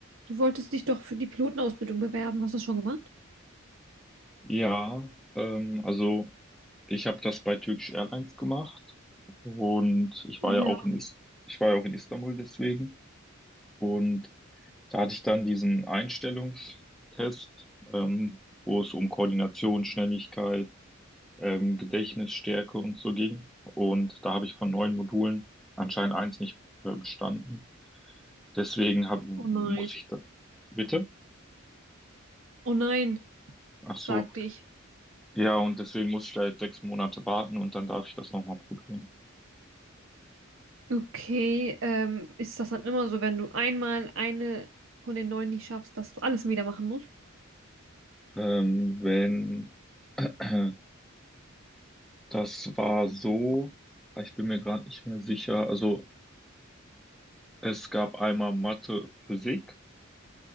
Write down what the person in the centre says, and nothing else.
Ja, ähm, also ich habe das bei Turkish Airlines gemacht und ich
war ja auch in Is ich war ja auch in Istanbul deswegen und da hatte ich dann diesen Einstellungstest, ähm, wo es um Koordination, Schnelligkeit, ähm, Gedächtnisstärke und so ging und da habe ich von neun Modulen anscheinend eins nicht äh, bestanden. Deswegen hab, muss
ich da bitte?
Ach so,
ja und deswegen muss ich da jetzt sechs Monate warten und dann darf ich das nochmal probieren.
Ähm, wenn <clears throat> das war so, ah, ich bin mir gerade nicht mehr sicher. Also es gab einmal Mathe, Physik